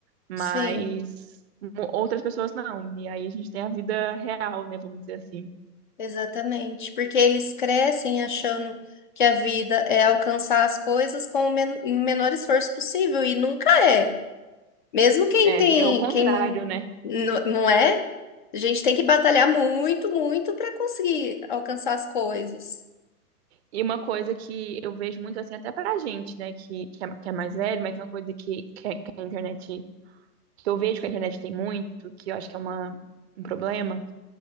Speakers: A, on the right; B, on the left.
A: mas
B: sim,
A: mo- outras pessoas não. E aí a gente tem a vida real, né? Vamos dizer assim.
B: exatamente. Porque eles crescem achando que a vida é alcançar as coisas com o men- menor esforço possível e nunca é. Mesmo quem
A: É,
B: tem,
A: é o contrário,
B: quem
A: né?
B: n- não é, a gente tem que batalhar muito, muito para conseguir alcançar as coisas.
A: E uma coisa que eu vejo muito assim, até pra gente, né, que, que, é, que é mais velho, mas uma coisa que, que, a que a internet, que eu vejo que a internet tem muito, que eu acho que é uma, um problema,